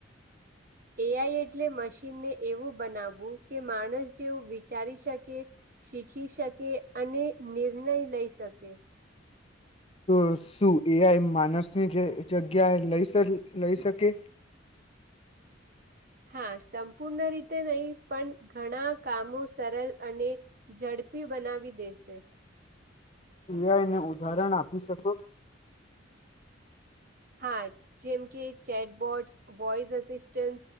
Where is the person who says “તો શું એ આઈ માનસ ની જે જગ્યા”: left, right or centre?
Left